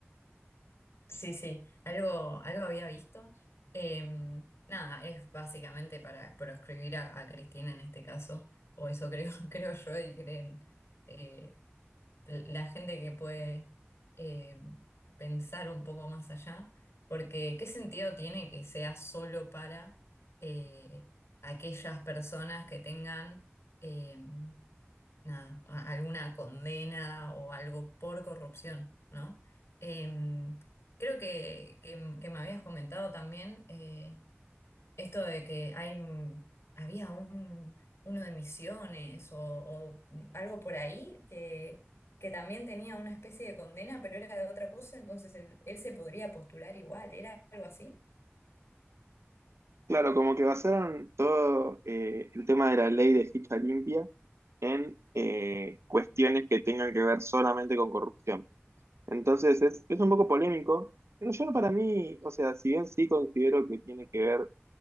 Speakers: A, on the left; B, on the right.
A: Sí, sí, algo, algo había visto. Eh, nada, es básicamente para proscribir a, a Cristina en este caso, o eso creo, <laughs> creo yo y creen eh, la gente que puede eh, pensar un poco más allá, porque ¿qué sentido tiene que sea solo para eh, aquellas personas que tengan... em, nada, a- alguna condena o algo por corrupción, ¿no? Em, creo que, que- que me habías comentado también eh, esto de que hay, mm, había un, uno de Misiones o, o algo por ahí que, que también tenía una especie de condena, pero era de otra cosa, entonces él, él se podría postular igual, ¿era algo así?
B: Claro, como que basaron todo eh, el tema de la ley de ficha limpia en eh, cuestiones que tengan que ver solamente con corrupción. Entonces es, es un poco polémico, pero yo no para mí, o sea, si bien sí considero que tiene que ver